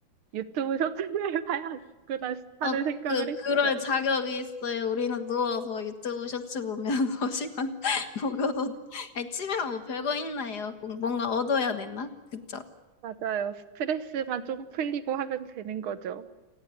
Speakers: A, on the right; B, on the left.
A: 유튜브 쇼츠를 <laughs> 봐야겠구나
B: 어,
A: 하는 생각을
B: 그,
A: 했어요.
B: 그럴 자격이 있어요. 우리는 누워서 유튜브 쇼츠 보면서 <laughs> 시간 보고도, 아니, 취미가 뭐 별거 있나요? 꼭 뭔가 얻어야 되나? 그쵸?
A: 맞아요. 스트레스만 좀 풀리고 하면 되는 거죠.